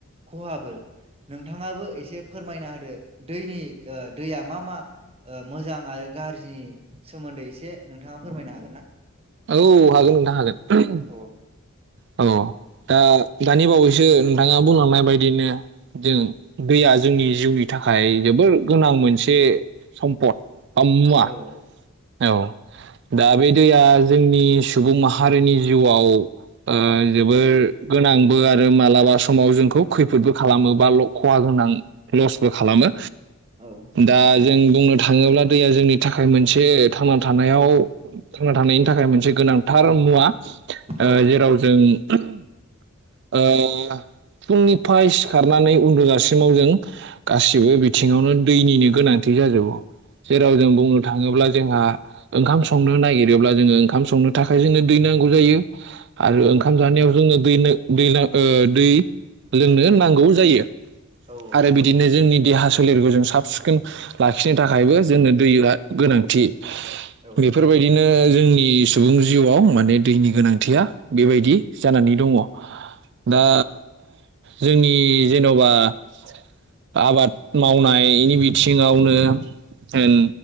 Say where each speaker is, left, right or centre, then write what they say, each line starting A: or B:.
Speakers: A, on the right; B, on the right.
A: खहाबो नोंथाङाबो एसे फोरमायना होदो दैनि दैया मा मा मोजां आरो गाज्रिनि सोमोन्दै एसे नोंथाङा फोरमायनो हागोन ना?
B: औ हागोन नोंथां हागोन।
A: औ
B: औ दा दानि बावैसो नोंथाङा बुंलांनाय बायदिनो जों दैया जोंनि जिउनि थाखाय जोबोर गोनां मोनसे सम्पद। आम मुवा
A: औ
B: औ दा बे दैया जोंनि सुबुं माहारिनि जिउआव ओ जोब बोर गोनांबो आरो मालाबा समाव जोंखौ खैफोदबो खालामो बा खहा गोनां लसबो खालामो।
A: औ
B: दा जों बुंनो थाङोब्ला दैया जोंनि थाखाय मोनसे थांना थानायाव थांना थानायनि थाखाय मोनसे गोनांथार मुवा।
A: औ
B: जेराव जों ओ फुंनि फाय सिखारनानै उन्दुजासिमाव जों गासिबो बिथिङावनो दैनिनो गोनांथि जाजोबो। जेराव जों बुंनो थाङोब्ला जोंहा ओंखाम संनो नागिरोब्ला जोङो ओंखाम संनो थाखाय जोंङनो दै नांगौ जायो।
A: औ
B: आरो ज दै दै दै लोंनो नांगौ जायो।
A: औ
B: आरो बिदिनो जोंनि देहा। सोलेरखौ जों साब सिखोन लाखिनो थाखायबो जोंनो दैआ गोनां थि
A: औ
B: बेफोरबायदिनो
A: औ
B: जोंनि सुबुं जिउआव माने दैनि गोनांथिया बेबायदि जानानै दङ
A: औ
B: दा जोंनि जेन'बा आबाद मावनायनि बिथिङावनो होन